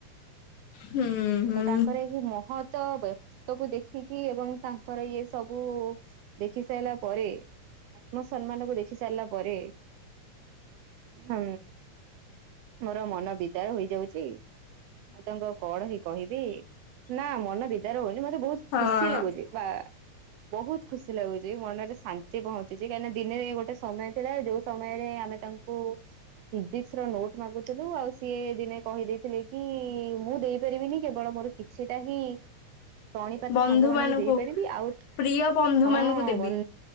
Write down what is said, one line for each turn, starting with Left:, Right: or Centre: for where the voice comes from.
Left: ହୁଁ। ହୁଁ
Right: ତ ତାଙ୍କର ଏହି ମହତ ବ୍ୟକ୍ତିତ୍ୱକୁ ଦେଖିକି ଏବଂ ତାଙ୍କର ଇଏ ସବୁ ଦେଖି ସାଇଲା ପରେ ଆତ୍ମସମ୍ମାନ କୁ ଦେଖି ସାରିଲା ପରେ ହଁ ମୋର ମନ ବିଦାର ହୋଇଯାଉଚି ଆଉ ତାଙ୍କ କଣ ହେଇ କହିବି ନାଁ ମନ ବିଦାର ହଉନି ମତେ ବହୁତ
Left: ହଁ
Right: ଖୁସି ଲାଗୁଚି ବା ବହୁତ ଖୁସି ଲାଗୁଚି ମନରେ ଶାନ୍ତି ପହଞ୍ଚୁଛି କାହିଁକି ନା ଦିନେ ଗୋଟେ ସମୟ ଥିଲା ଯୋଉ ସମୟରେ ଆମେ ତା କୁ ଫିିଜିକ୍ସ୍ ର ନୋଟ୍ ମାଗୁଥୁଲୁ ଆଉ ସିଏ ଦିନେ କହିଦେଇଥିଲେ କି ମୁଁ ଦେଇ ପାରିବିନି କେବଳ ମୋର କିଛିଟା ହିଁ ପାଣିପାତ
Left: ବନ୍ଧୁ
Right: ସାଙ୍ଗମାନଙ୍କୁ
Left: ମାନଙ୍କୁ
Right: ଦେଇପାରିବି ଆଉ
Left: ପ୍ରିୟ ବନ୍ଧୁ
Right: ହଁ
Left: ମାନଙ୍କୁ ଦେବି
Right: ବନ୍